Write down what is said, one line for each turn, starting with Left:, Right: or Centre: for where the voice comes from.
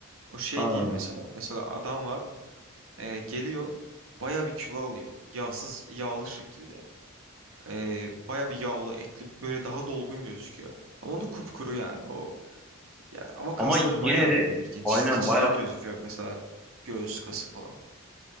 Right: O şey
Centre: Ha.
Right: değil mesela. Mesela adam var e, geliyor bayağı bir kilo alıyor. Yağsız yağlı şekilde. E, bayağı bir yağlı etli böyle daha dolgun gözüküyor. Ama onda kupkuru yani. O Ya ama kasları
Centre: Ama yine
Right: bayağı
Centre: de
Right: belirgin. Çizgi
Centre: aynen
Right: çizgi
Centre: bayağı
Right: gözüküyor mesela göğüs kası falan.